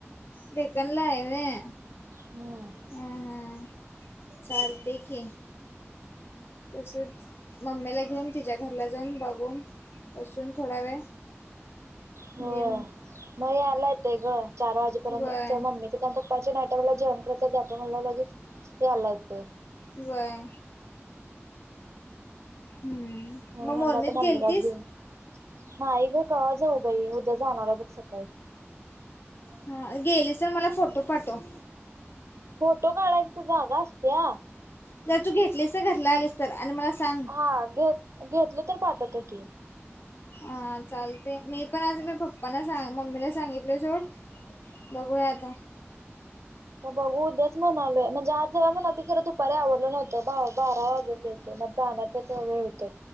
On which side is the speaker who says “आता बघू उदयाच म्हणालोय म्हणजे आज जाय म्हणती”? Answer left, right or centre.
Right